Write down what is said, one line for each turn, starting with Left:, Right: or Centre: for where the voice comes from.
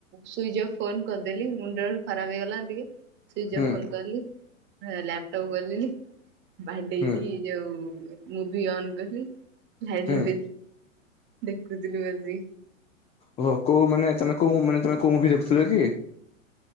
Right: ସୁଇଚ ଅଫ୍ ଫୋନ କରିଦେଲି ମୁଣ୍ଡରେ ଖରାପ ହେଇଗଲା ଟିକେ। ସୁଇଜ
Left: ହୁଁ
Right: ଅଫ ଫୋନ କଲି। ଏ ଲାପଟପ୍ ଗଲିି ବାଡେଇକି
Left: ହୁଁ
Right: ଯୋଉ ମୁଭି ଅନ୍ କଲି <unintelligible>
Left: ହୁଁ
Right: ବି ଦେଖୁଥିଲୁ ଆଜି
Left: ଓହୋ କୋଉ ମାନେ ତମେ କଉ ମାନେ ତମେ କୋଉଁ ବିି ଦେଖୁଥିଲ କି?